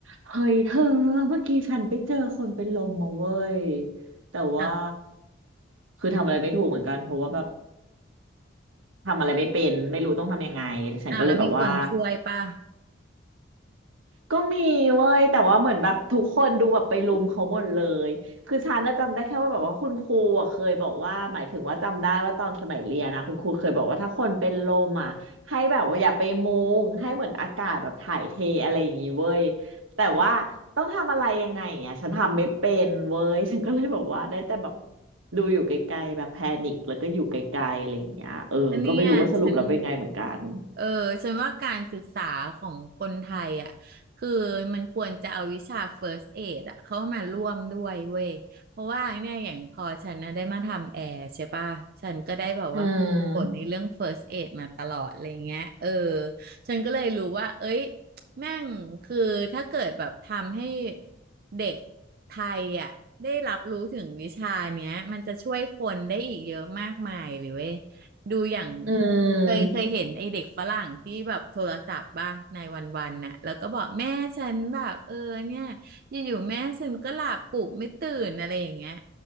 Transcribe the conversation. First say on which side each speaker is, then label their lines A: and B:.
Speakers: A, on the right (about 85°); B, on the right (about 50°).
A: เฮ้ยเธอเมื่อกี้ฉันไปเจอคนเป็นลมมาเว้ยแต่ว่า
B: อ้าว
A: คือทำอะไรไม่ถูกเหมือนกันเพราะว่าแบบทำอะไรไม่เป็นไม่รู้ต้องทำยังไงฉันก็เลยแบบว่า
B: อ้าวแล้วมีคนช่วยป่ะ
A: ก็มีเว้ยแต่ว่าเหมือนแบบทุกคนดูแบบไปรุมเขาหมดเลยคือฉันน่ะจำได้แค่ว่าแบบว่าคุณครูอ่ะเคยบอกว่าหมายถึงว่าจำได้ว่าตอนสมัยเรียนนะคุณครูเคยบอกว่าถ้าคนเป็นลมอ่ะให้แบบว่าอย่าไปมุงให้เหมือนอากาศแบบถ่ายเทอะไรอย่างงี้เว้ยแต่ว่าต้องทำอะไรยังไงอ่ะฉันทำไม่เป็นเว้ย <laughs> ฉันก็เลยบอกว่าได้แต่แบบดูอยู่ไกลๆแบบแพนิคแล้วก็อยู่ไกลๆอะไรอย่างเงี้ยเออก็ไม่รู้ว่าสรุปแล้วเป็นไงเหมือนกัน
B: อันเนี้อ่ะฉันเออฉันว่าการศึกษาของคนไทยอ่ะคือมันควรจะเอาวิชา First Aid อ่ะเข้ามาร่วมด้วยเว้ยเพราะว่าเนี่ยอย่างพอฉันนะได้มาทำแอร์ใช่ป่ะฉันก็ได้แบบว่าฝนในเรื่อง
A: อืม
B: First Aid มาตลอดอะไรเงี้ยเออฉันก็เลยรู้ว่าเอ้ยแม่งคือถ้าเกิดแบบทำให้เด็กไทยอ่ะได้รับรู้ถึงวิชาเนี้ยมันจะช่วยคนได้อีกเยอะมากมายเลยเว้ย ดูอย่าง
A: อืม
B: เคยเคยเห็นไอเด็กฝรั่งที่แบบโทรศัพท์บ้าในวันวันน่ะแล้วก็บอกแม่ฉันแบบเออเนี่ยอยู่ๆแม่ฉันก็หลับปลุกไม่ตื่นอะไรอย่างเงี้ย